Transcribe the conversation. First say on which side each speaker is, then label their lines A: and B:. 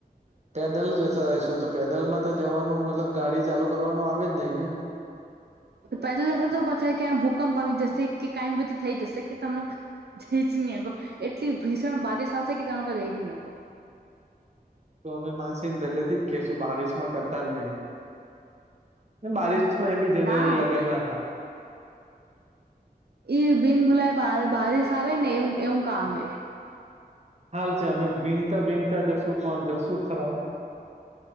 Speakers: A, on the right (about 45°); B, on the right (about 80°).
A: પેદલ જતા શું તો પેદલ માં તો જવાનું મતલબ ગાડી ચાલુ કરવાનું નો આવે જ નહી ને.
B: પેદલ જશે તો પછી ક્યાં ભૂકંપ આવી જશે કે <unintelligible> થઈ જશે કે તમને <unintelligible> એટલી ભીષણ બારીશ આવશે <unintelligible>
A: તો અમે માસીને પહેલેથી જ કેશું બારિશ માં કરતા જ નહી બારિશ માં એ બી જનરલી
B: ના
A: લગન <unintelligible>
B: ઈ બિન બુલાઈ બારિશ આવે ને એવું એવું કામ હે
A: હાલ છે અમે ભીંગતા ભીંગતા જશુ પણ જશું ખરા.